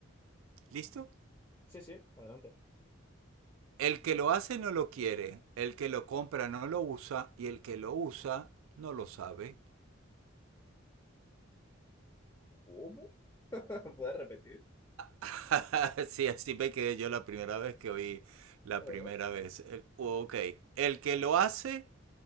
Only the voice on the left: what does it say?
Sí, sí, adelante.
¿Cómo? <laughs> ¿Puedes repetir?
A
ver,